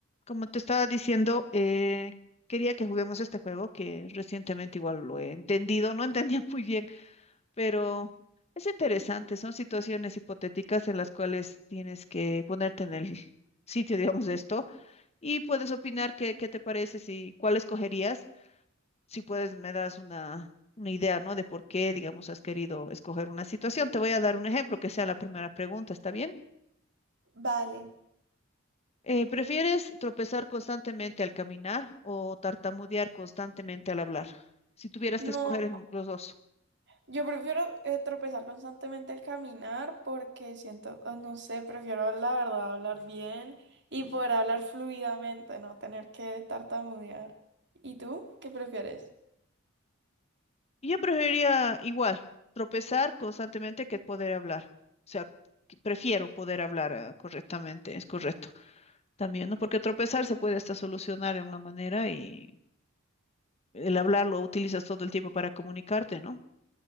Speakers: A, on the left; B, on the right.
A: Como te estaba diciendo, eh, quería que juguemos este juego que recientemente igual lo he entendido, no <laughs> entendía muy bien, pero es interesante. Son situaciones hipotéticas en las cuales tienes que ponerte en el <laughs> sitio, digamos, de esto y puedes opinar qué, qué te parece, si cuál escogerías. Si puedes, me das una, una idea, ¿no? De por qué, digamos, has querido escoger una situación. Te voy a dar un ejemplo que sea la primera pregunta, ¿está bien?
B: Vale.
A: Eh, ¿prefieres tropezar constantemente al caminar o tartamudear constantemente al hablar? Si tuvieras
B: No,
A: que escoger en los dos.
B: yo prefiero eh, tropezar constantemente al caminar porque siento, oh, no sé, prefiero la verdad hablar bien y poder hablar fluidamente, no tener que tartamudear. ¿Y tú qué prefieres?
A: Y Yo preferiría igual, tropezar constantemente que poder hablar. O sea, que prefiero poder hablar ah, correctamente, es correcto. También, ¿no? Porque tropezar se puede hasta solucionar de una manera y el hablar lo utilizas todo el tiempo para comunicarte, ¿no?